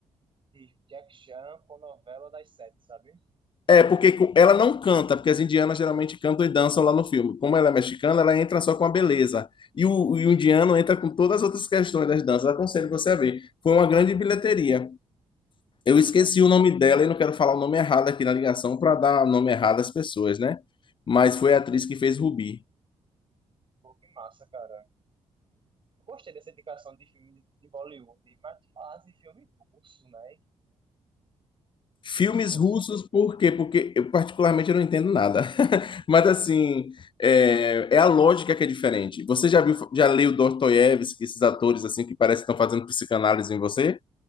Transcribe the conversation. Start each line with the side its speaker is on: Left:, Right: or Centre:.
Right: de Jack Chan com novela das sete, sabe?
Left: É, porque co- ela não canta, porque as indianas geralmente cantam e dançam lá no filme. Como ela é mexicana, ela entra só com a beleza. E o, e o indiano entra com todas as outras questões das danças. Aconselho você a ver. Foi uma grande bilheteria. Eu esqueci
Right: Ah, que,
Left: o
Right: ma-
Left: nome dela e não quero falar o nome errado aqui na ligação para dar o nome errado às pessoas, né? Mas foi a atriz que fez Rubi.
Right: pô, que massa, cara. Eu Gostei dessa indicação de filme de de Bollywood, mas tu falasse de filme russo, né? Fiquei
Left: Filmes
Right: curioso.
Left: russos, por quê? Porque eu particularmente eu não entendo nada. <laughs> Mas assim, é, é a lógica que é diferente. Você já viu, já leu Dostoiévski, esses atores assim que parece que estão fazendo psicanálise em você?